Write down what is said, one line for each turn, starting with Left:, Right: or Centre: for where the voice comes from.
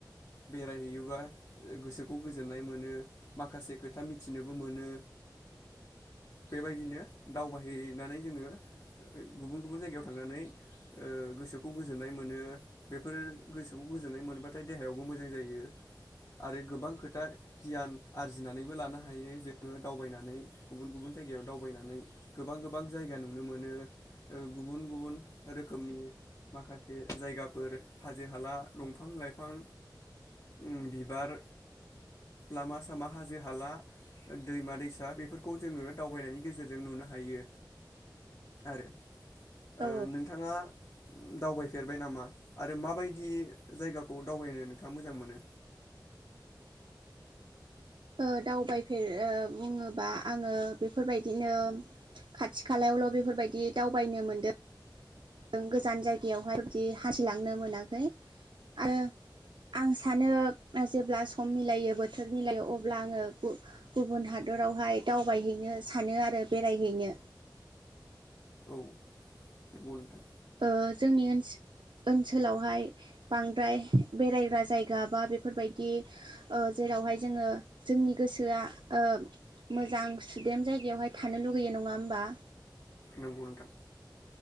Left: बेरायहैयोबा गोसोखौ गोजोननाय मोनो। माखासे खोथा मिथिनोबो मोनो बेबायदिनो दावबायहैनानै जोङो ओ गुबुन गुबुन जायगायाव थांनानै ओ गोसोखौ गोज जोनाय मोनो। बेफोर गोसोखौ गोजोननाय मोनोबाथाय देहायावबो मोजां जायो। आरो गोबां खोथा गियान आरजिनानैबो लानो हायो जोङो दावबायनानै गुबुन गुबुन जायगायाव दावबायनानै गोबां गोबां जायगा नुनो मोनो ओ गुबुन गुबुन रोखोमनि माखासे जायगाफोर हाजो हाला दंफां लाइफां उम बिबार लामा सामा हाजो हाला दैमा दैसा बेफोरखौ जोङो दावबायनायनि गेजेरजों नुनो हायो। आरो
Right: औ
Left: ओ नोंथाङा दावबायफेरबाय नामा? आरो माबायदि जायगाखौ दावबायनो नोंथाङा मोजां मोनो?
Right: ओ दावबायफेर ओ बुङोबा आङो बेफोरबायदिनो खाथि खालायावल' बेफोरबायदि दावबायनो मोनदो ओं गोजान जायगायावहाय बेफोरबादि हानथिलांनो मोनाखै आरो आं सानो ओ जेब्ला सम मिलायो बोथोर मिलायो अब्ला आङो गु-गुबुन हादरावहाय दावबायहैनो सानो आरो बेरायहैनो।
Left: औ नंगौ नोंथां।
Right: ओ जोंनि ओनस ओनसोलावहाय बांद्राय बेरायग्रा जायगा बा बेफोरबायदि ओ जेरावहाय जोङो जोंनि गोसोआ ओ मोजां सुदेम जायगायावहाय थानो लुगैयो नङा होमबा?
Left: नंगौ नोंथां